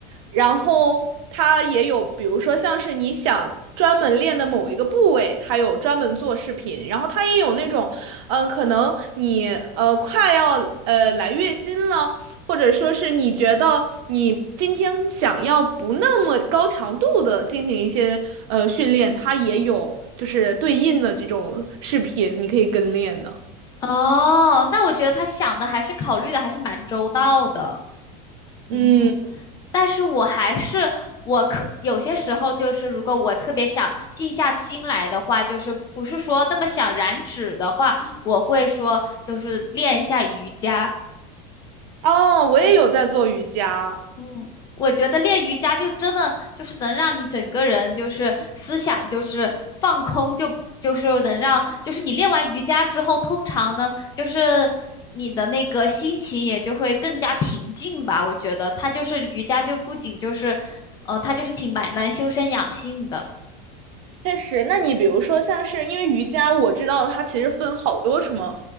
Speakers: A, on the right; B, on the left.
A: 然后他也有，比如说像是你想专门练的某一个部位，他有专门做视频，然后他也有那种，嗯、可能你呃快要呃来月经了，或者说是你觉得你今天想要不那么高强度的进行一些呃训练，它也有就是对应的这种视频，你可以跟练的。
B: 哦，那我觉得他想的还是考虑的还是蛮周到的，
A: 嗯，
B: 嗯，但是我还是我可有些时候就是，如果我特别想静下心来的话，就是不是说那么想燃脂的话，我会说就是练一下瑜伽。
A: 哦，我也有在做瑜伽。
B: 嗯，我觉得练瑜伽就真的就是能让你整个人就是思想就是放空就，就是能让就是你练完瑜伽之后，通常呢就是你的那个心情也就会更加平静吧。我觉得它就是瑜伽就不仅就是，呃，它就是挺蛮蛮修身养性的。
A: 确实，那你比如说像是因为瑜伽，我知道它其实分好多什么